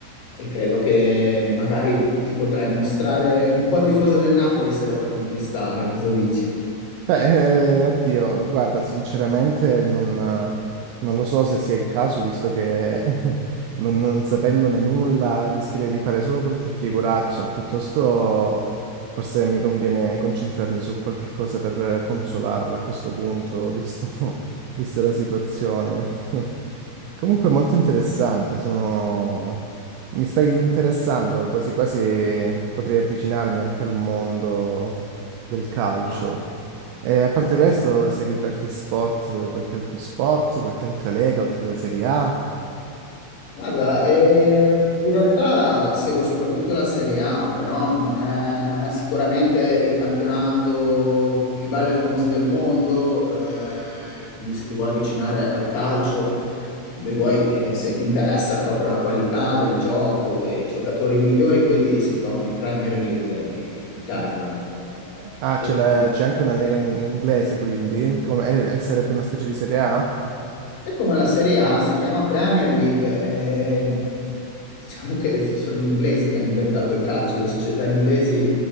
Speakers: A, on the left (about 60°); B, on the right (about 85°).
A: e credo che magari ti potrai mostrare un po' tifoso del Napoli se la vuoi conquistare, cosa dici?
B: Beh, eh, oddio, guarda, sinceramente non, non lo so se sia il caso, visto che <laughs> non, non sapendone nulla rischierei di fare solo qualche figuraccia, piuttosto forse mi conviene concentrarmi su qualche cosa per consolarla a questo punto, visto, <laughs> vista la situazione. <laughs> Comunque molto interessante, sono... mi stai interessando, quasi quasi potrei avvicinarmi anche al mondo del calcio.
A: Ah,
B: E a parte
A: beh,
B: questo, segui qualche sport, qualche altro sport, qualche altra lega oltre alla Serie A?
A: Guarda, eh, in realtà seguo soprattutto la Serie A, però non è, non è sicuramente il campionato più bello e famoso del mondo, eh, quindi se ti vuoi avvicinare al calcio, e vuoi, eh, se ti interessa proprio la qualità del gioco e i giocatori migliori, quelli si trovano in Premier League in Inghilterra. eh,
B: Ah,
A: a
B: c'è
A: detta
B: la-
A: di
B: c'è anche una lega in- inglese, quindi, come, e- e sarebbe una specie di Serie A?
A: È come la Serie A, si chiama Premier League. ehm, diciamo che sono gli inglesi che hanno inventato il calcio, le società inglesi